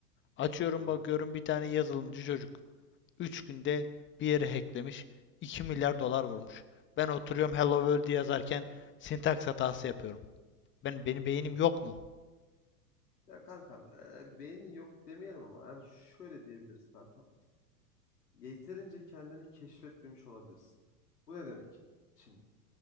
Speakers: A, on the left; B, on the left.
A: Açıyorum
B: doğru.
A: bakıyorum bir tane yazılımcı çocuk. 3 günde bir yere hacklemiş. 2 milyar dolar vurmuş. Ben oturuyorum
B: Hı hı.
A: Hello World yazarken sintaks hatası yapıyorum. Ben benim beynim
B: Anladım.
A: yok mu?
B: Ya kankam e, beynin yok demeyelim ama yani şöyle diyebiliriz kankam. Yeterince kendini keşfetmemiş olabilirsin. Bu ne demek? Şimdi